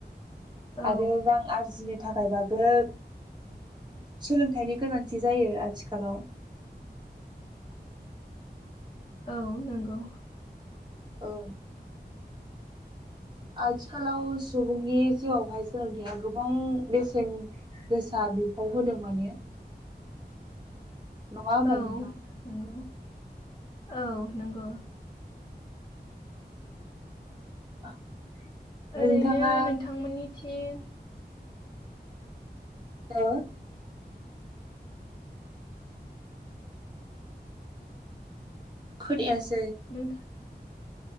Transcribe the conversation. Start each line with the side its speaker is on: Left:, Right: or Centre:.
Left: औ
Right: आरो रां आरजिनो थाखायबा बो सोलोंथाइनि गोनांथि थि जायो आथिखालाव।
Left: औ नंगौ
Right: औ आथिखालाव सुबुंनि जिउआवहाय सोलोंथायाइया गोबां बेसेन गोसा बिफाव होदों माने। नङा होमबा
Left: औ
Right: नोंथां?
Left: नंगौ औ नंगौ
Right: औ नोंथाङा
Left: ओरैनो नोंथांमोननि थिं
Right: हो खोनायास
Left: नोंथां